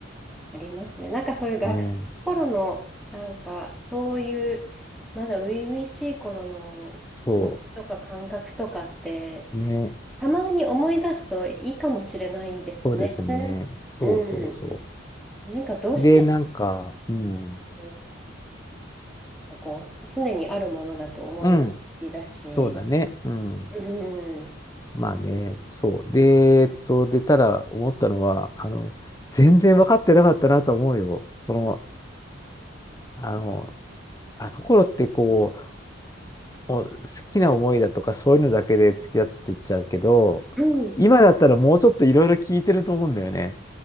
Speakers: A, in the centre; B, on the left.
A: ありますね。なんかそういう学生の頃の、
B: ね、
A: なんか、そういう、まだ初々しい頃の気持ちとか感覚とかって、
B: そう、ね、
A: たまに思い出すといいかもしれないですね。
B: そうですね。そうそうそ
A: うん。なんかどうして
B: う。で、なんか、うん、
A: も、こう、常にあるものだと思いがちだし、
B: うん、そうだね。うん。
A: うん。うん。
B: まあね、そう。で、えっと、で、ただ思ったのは、あの、全然分かってなかったなと思うよ。その、あの、あの頃ってこう、もう好きな思いだとかそういうのだけで付き合ってっちゃうけど、
A: うん。
B: 今だったらもうちょっといろいろ聞いてると思うんだよね。